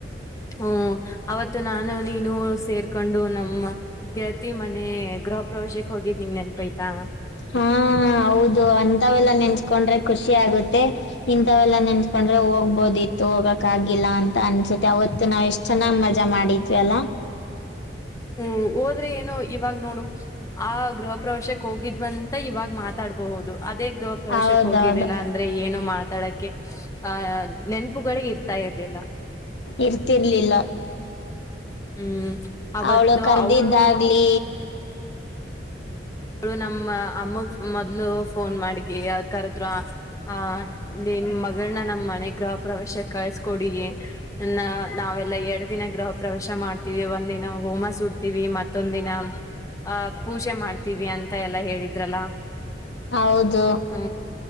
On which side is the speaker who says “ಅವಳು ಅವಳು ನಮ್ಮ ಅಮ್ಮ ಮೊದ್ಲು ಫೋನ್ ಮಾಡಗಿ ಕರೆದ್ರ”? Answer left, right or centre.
Left